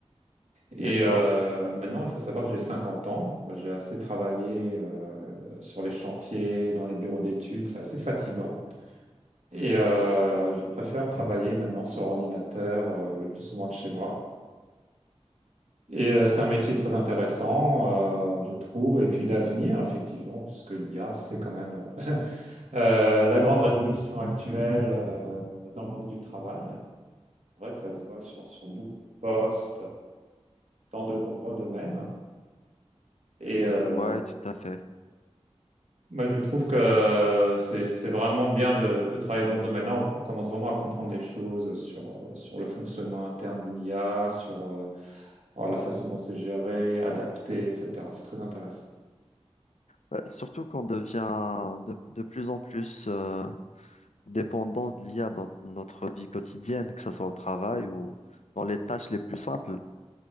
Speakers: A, on the right; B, on the left.
A: Et
B: D'accord?
A: euh, maintenant, il faut savoir que j'ai 50 ans. Bah, J'ai assez travaillé euh, sur les chantiers, dans les bureaux d'études. C'est assez fatigant. Et euh, je préfère travailler maintenant sur ordinateur euh, le plus souvent de chez moi. Et euh, c'est un métier très intéressant, euh, je trouve, et puis d'avenir, effectivement, parce que l'IA, c'est quand même <laughs> euh, la grande révolution actuelle euh, dans le monde du travail. C'est vrai que ça se voit sur, sur beaucoup de postes, dans de nombreux domaines. Et euh,
B: Ouais, tout à fait.
A: moi, je trouve que c'est, c'est vraiment bien de, de travailler dans ce domaine-là. On, on commence vraiment à comprendre les choses sur, euh, sur le fonctionnement interne d'une IA, sur euh, alors, la façon dont c'est géré, adapté, etc. C'est très intéressant.
B: Bah, surtout qu'on devient de, de plus en plus euh, dépendant de l'IA dans notre vie quotidienne, que ce soit au travail ou dans les tâches les plus simples.